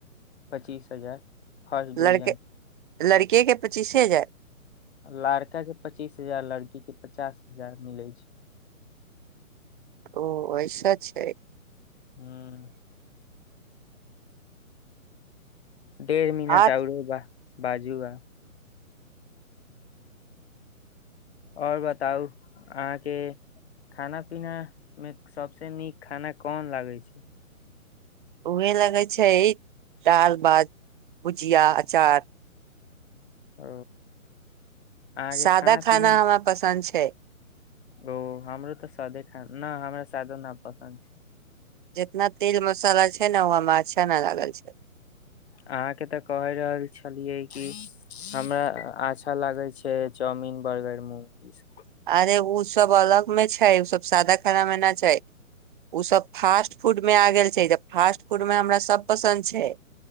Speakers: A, on the left; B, on the right.
A: पच्चीस हजार फर्स्ट
B: लड़के
A: डिविजन
B: लड़के के पचीसे हजार
A: लड़का के पच्चीस हजार लड़की के पचास हजार मिलै छै
B: ओ ऐसा छै
A: ह डढ़ मिनट
B: आ
A: आरो बा बाजू आ आओर बताउ अहाँके खाना पीनामे सबसँ नीक खाना कोन लागै छै
B: उहे लगे छै दाल भात भुजिया अचार
A: ओ अहाँके
B: सादा खाना
A: पीना
B: हमरा पसन्द छै
A: ओ हमरो तऽ सादे खा नहि हमरा सादो न पसन्द छै
B: जेतना तेल मसाला छै ने ओ में अच्छा न लागल छै
A: अहाँ के तऽ कहे रहल छलियै कि हमरा अच्छा लागे छै चाउमिन बर्गर मोमोज
B: अरे ओ सब अलग में छै ओ सब सादा खाना मे ना छै ओ सब फास्ट फूड में आ गेल छै तऽ फास्ट फूड में हमरा सब पसन्द छै